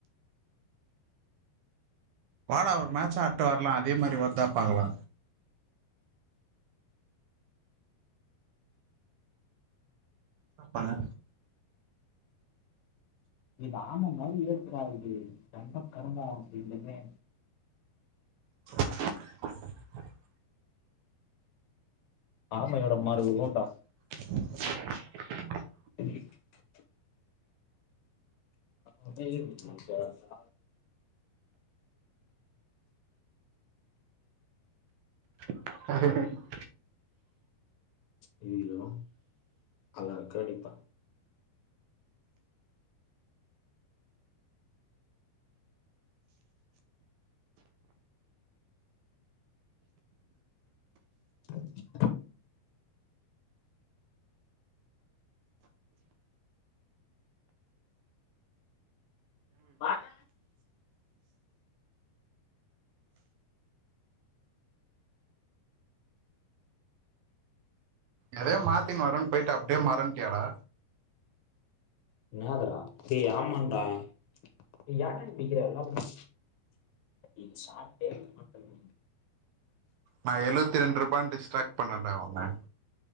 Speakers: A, on the right; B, on the left.
A: வாடா ஒரு மேட்ச் ஆடிட்டு வரலா அதே மாரி வருதா பாகலா னா பண்ணு
B: இத ஆம மாரி எடுக்காறுது தென்ட கருமோ ரெண்டுமே
A: <unintelligible>
B: ஆமையோட மறு உருவோ டா
A: <unintelligible>
B: தே்யூ <unintelligible> அமையிருலுசா லுசா
A: ஹ <unintelligible>
B: அய்யயோ அழகா அடிப்பா கேட்கவில்லை ம்
A: எதயோ மாத்தினு வரேனு போயிட்டு அப்டியே மறன்டியாடா
B: இன்னாதுடா டேய் ஆமாண்டா டே ஏன்டா சீக்கிரமா போ யே சாட்டே மாட்ட முடி
A: நா எழுவத்தி ரெண்டுரூபானு டிஸ்ட்ராக்ட் பண்ணேடா அவன